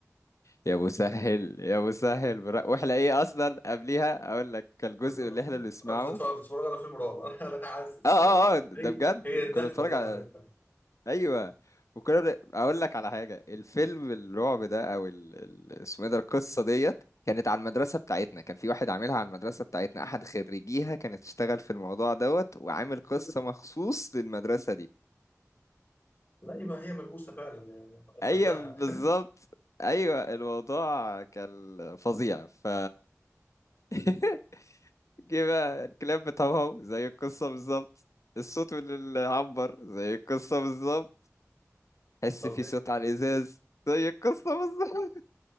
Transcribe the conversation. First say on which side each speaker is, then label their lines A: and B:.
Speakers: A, on the left; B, on the left.
A: يا مسهل يا مسهل برا... واحنا ايه اصلا قبليها اقول لك كان الجزء
B: كنت ب-
A: اللي احنا بنسمعه
B: أنا مش بتفرج مش بتفرج على فيلم رعب <laughs> أنا أنا حاسس
A: اه اه اه ده
B: هي
A: بجد
B: هي الدخلة
A: كنا بنتفرج
B: دي
A: على
B: أنا عارفها
A: ايوه وكنا بن- اقول لك على حاجه الفيلم الرعب ده او ال... ال... اسمه ايه ده القصه ديت كانت على المدرسه بتاعتنا كان في واحد عاملها على المدرسه بتاعتنا احد خريجيها كانت تشتغل في الموضوع دوت وعامل قصه مخصوص للمدرسه دي
B: لا يبقى هي ملبوسة فعلا يعني أصدقها
A: ايوه بالظبط
B: <laughs>
A: ايوه الموضوع كان فظيع ف <laughs> جه بقى الكلاب بتهوهو زي القصه بالظبط الصوت اللي عبر زي القصه بالظبط حس
B: طب
A: في
B: إيه
A: صوت على الازاز زي القصه بالظبط